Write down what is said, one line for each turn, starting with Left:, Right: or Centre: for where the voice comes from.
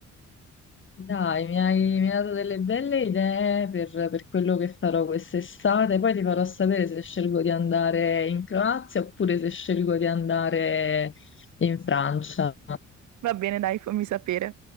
Left: Dai, mi hai, mi hai dato delle belle idee per, per quello che farò quest'estate. Poi ti farò sapere se scelgo di andare in Croazia oppure se scelgo di andare in Francia.
Right: Va bene, dai, fammi sapere.